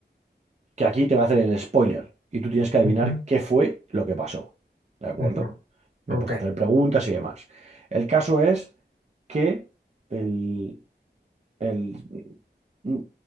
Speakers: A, on the right; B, on the right.
A: que aquí te va a hacer el spoiler y tú tienes que adivinar
B: Ujú,
A: qué fue lo que pasó. ¿De acuerdo?
B: ujú,
A: Me
B: Ok.
A: puedes hacer preguntas y demás. El caso es que el, el, mm,